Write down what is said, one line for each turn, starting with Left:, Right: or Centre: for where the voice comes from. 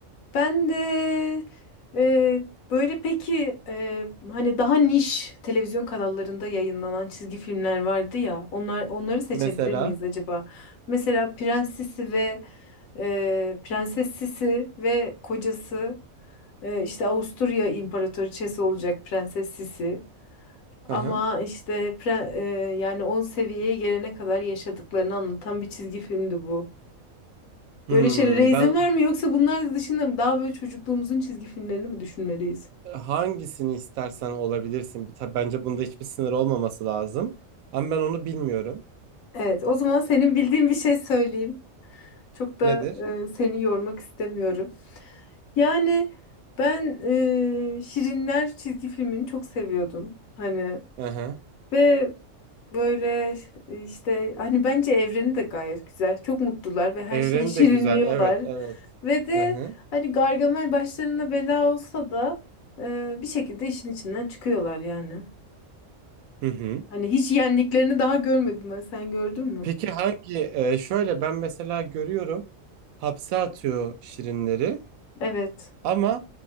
Left: Ben de e, böyle peki e, hani daha niş televizyon kanallarında yayınlanan çizgi filmler vardı ya. Onlar onları seçebilir
Right: Mesela.
Left: miyiz acaba? Mesela Prens Sisi ve e, Prenses Sisi ve kocası e, işte Avusturya İmparatoriçesi olacak Prenses Sisi.
Right: Hı
Left: Ama
Right: hı.
Left: işte pre- e, yani 10 seviyeye gelene kadar yaşadıklarını anlatan bir çizgi filmdi bu.
Right: Hmm,
Left: Böyle şeylere izin
Right: ben
Left: var mı yoksa bunlar dışında mı? Daha böyle çocukluğumuzun çizgi filmlerini mi düşünmeliyiz?
Right: hangisini istersen olabilirsin. Bir ta- Bence bunda hiçbir sınır olmaması lazım. Ama ben onu bilmiyorum.
Left: Evet, o zaman senin bildiğin bir şey söyleyeyim. Çok da
Right: Nedir?
Left: e, seni yormak istemiyorum. Yani ben e, Şirinler çizgi filmini çok seviyordum. Hani
Right: Hı hı.
Left: ve böyle işte hani bence evreni de gayet güzel. Çok mutlular ve her
Right: Evreni
Left: şeyi şirinliyorlar.
Right: de güzel. Evet, evet.
Left: Ve de
Right: Hı hı.
Left: hani Gargamel başlarına bela olsa da e, bir şekilde işin içinden çıkıyorlar yani.
Right: Hı hı.
Left: Hani hiç yendiklerini daha görmedim ben. Sen gördün mü?
Right: Peki hangi e, şöyle ben mesela görüyorum hapse atıyor şirinleri
Left: Evet.
Right: ama